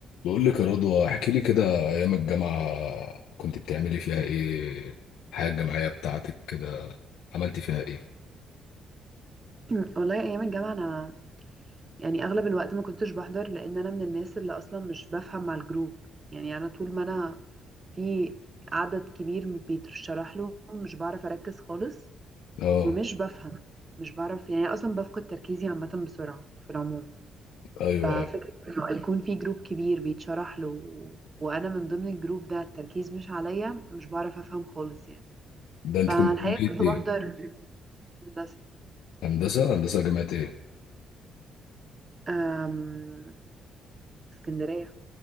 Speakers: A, on the left; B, on the right.
A: بقول لك يا رضوى احكي لي كده ايام الجامعه كنت بتعملي فيها ايه الحياه الجامعيه بتاعتك كده عملتي فيها ايه
B: <clears throat> والله ايام الجامعه انا يعني اغلب الوقت ما كنتش بحضر لان انا من الناس اللي اصلا مش بفهم مع الجروب يعني انا طول ما انا في عدد كبير بيتشرح له مش بعرف اركز خالص
A: اه
B: ومش بفهم مش بعرف يعني اصلا بفقد تركيزي عامه بسرعه في العموم
A: ايوه
B: ففكره
A: أيوة.
B: انه يكون في جروب كبير بيتشرح له وانا من ضمن الجروب ده التركيز مش عليا مش بعرف افهم خالص يعني
A: ده انت
B: فالحقيقه
A: كنت كليه
B: كنت
A: ايه
B: بحضر هندسه
A: هندسه هندسه جامعه ايه
B: أم، اسكندريه